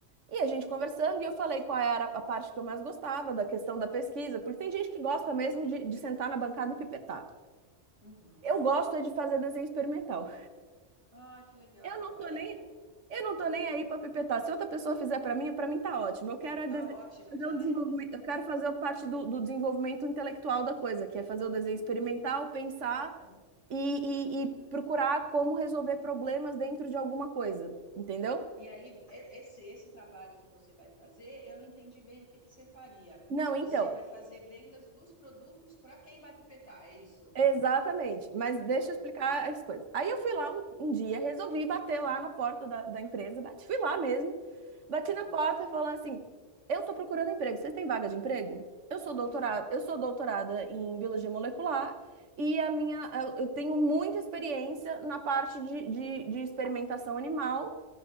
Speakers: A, on the right; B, on the left.
A: E a gente conversando e eu falei qual era a parte que eu mais gostava da questão da pesquisa, porque tem gente que gosta mesmo de, de sentar na bancada e pipetar.
B: Uhum.
A: Eu gosto é de fazer desenho experimental.
B: Ah, que legal,
A: Eu não tô
B: é
A: nem,
B: bom.
A: eu não tô nem aí para pipetar. Se outra pessoa fizer para mim, para mim tá ótimo. Eu quero é
B: Tá
A: dese-
B: ótimo
A: fazer
B: já,
A: o
B: né?
A: desenvolvimento, eu quero fazer parte do, do desenvolvimento intelectual da coisa, que é fazer o desenho
B: Entendi.
A: experimental, pensar
B: Uhum.
A: e, e e procurar como resolver problemas dentro de alguma coisa, entendeu?
B: E aí, e- esse, esse trabalho que você vai fazer, eu não entendi bem o que que você faria.
A: Não,
B: Você
A: então.
B: vai fazer vendas dos produtos para quem vai pipetar, é isso?
A: Exatamente, mas deixa
B: Entendi.
A: eu explicar as coisas. Aí eu fui lá um, um dia, resolvi bater lá na porta da, da empresa, bati, fui lá mesmo, bati
B: É.
A: na porta e falei assim: eu tô procurando emprego, vocês têm vaga de emprego? Eu sou doutorada,
B: É.
A: eu sou doutorada em biologia molecular e a minha, eu, eu tenho muita experiência na parte de, de, de experimentação animal